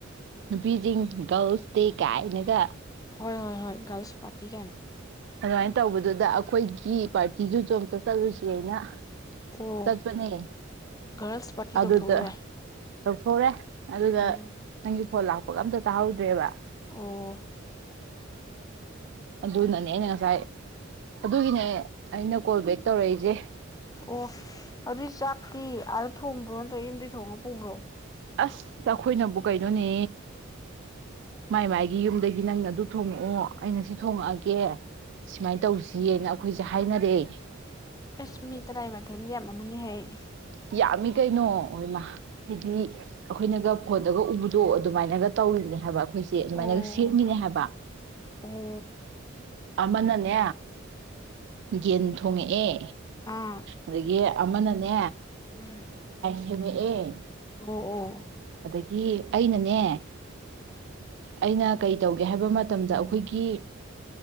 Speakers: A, on the right; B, on the left.
A: ꯅꯨꯄꯤꯁꯤꯡ ꯒꯥꯔꯜꯁꯇꯤ ꯀꯥꯏꯅꯒ
B: ꯍꯣꯏ ꯍꯣꯏ ꯍꯣꯏ ꯔꯜꯁ ꯄꯔꯇꯤ ꯀꯥꯏꯅ
A: ꯑꯗꯨꯃꯥꯏꯅ ꯇꯧꯕꯗꯨꯗ ꯑꯩꯈꯣꯏꯒꯤ ꯄꯥꯔꯇꯤꯁꯨ ꯆꯣ ꯑꯝꯇ ꯆꯠꯂꯨꯁꯤ ꯑꯩꯅ
B: ꯑꯣ
A: ꯆꯠꯄꯅꯦ
B: ꯒꯥꯔꯜꯁ ꯄꯥꯔꯇꯤ
A: ꯑꯗꯨꯗ
B: ꯇꯧꯊꯣꯛꯎꯔꯦ
A: ꯇꯊꯣꯔꯦ ꯑꯗꯨꯒ
B: ꯎꯝ
A: ꯅꯪꯒꯤ ꯍꯣ ꯂꯥꯛꯄꯒ ꯑꯝꯇ ꯇꯥꯍꯧꯗ꯭ꯔꯦꯕ
B: ꯑꯣ
A: ꯑꯗꯨꯅꯅꯦꯩꯅ ꯉꯁꯥꯏ ꯑꯗꯨꯒꯤꯅꯦ ꯑꯩꯅ ꯀꯣꯜ ꯕꯦꯛ ꯇꯧꯔꯛꯏꯁꯦ
B: ꯑꯣ ꯑꯗꯨ ꯆꯥꯇ ꯑ ꯊꯣꯡꯕ꯭ꯔꯣ ꯅꯠꯇ꯭ꯔꯒ ꯌꯨꯝꯩ ꯊꯣꯡꯉ ꯄꯨꯕ꯭ꯔꯣ
A: ꯑꯁ ꯑꯩꯈꯣꯏꯅꯕꯨ ꯀꯩꯅꯣꯅꯦ ꯃꯥꯏ ꯃꯥꯏꯒꯤ ꯌꯨꯝꯗꯒꯤ ꯅꯪꯅ ꯑꯗꯨ ꯊꯣꯡꯉꯛꯑꯣ ꯑꯩꯅ ꯁꯤ ꯊꯣꯡꯉꯛꯑꯒꯦ ꯁꯨꯃꯥꯏꯅ ꯇꯧꯁꯤꯅ ꯑꯩꯈꯣꯏꯁꯦ ꯍꯥꯏꯅꯔꯛꯑꯦ
B: ꯏꯁꯁꯃꯤ ꯇ ꯔꯥꯏ ꯃꯥꯊꯦꯗꯤ ꯌꯥꯝꯅ ꯑꯃꯅꯤ ꯍꯌꯦ
A: ꯌꯥꯝꯃꯤ ꯀꯩꯅꯣ ꯑꯣꯏꯃ ꯍꯥꯏꯗꯤ ꯑꯩꯈꯣꯏꯅꯒ ꯐꯣꯟꯗꯒ ꯎꯕꯗꯣ ꯑꯗꯨꯃꯥꯏꯅꯒ ꯇꯧꯔꯤꯕꯅꯦ ꯍꯥꯏꯕ ꯑꯩꯈꯣꯏꯁꯦ ꯑꯗꯨꯃꯥꯏꯅꯒ
B: ꯑꯣ
A: ꯁꯠꯃꯤꯅꯦ ꯍꯥꯏꯕ
B: ꯑꯣ
A: ꯑꯃꯅꯅꯦ ꯌꯦꯟ ꯊꯣꯡꯉꯛꯑꯦ
B: ꯑꯥ
A: ꯑꯗꯒꯤ ꯑꯃꯅꯅꯦ
B: ꯎꯝ
A: ꯍꯥꯏꯃꯦ ꯑꯦ
B: ꯑꯣ ꯑꯣ
A: ꯑꯗꯒꯤ ꯑꯩꯅꯅꯦ ꯑꯩꯅ ꯀꯩ ꯇꯧꯒꯦ ꯍꯥꯏꯕ ꯃꯇꯝꯗ ꯑꯩꯈꯣꯏꯒꯤ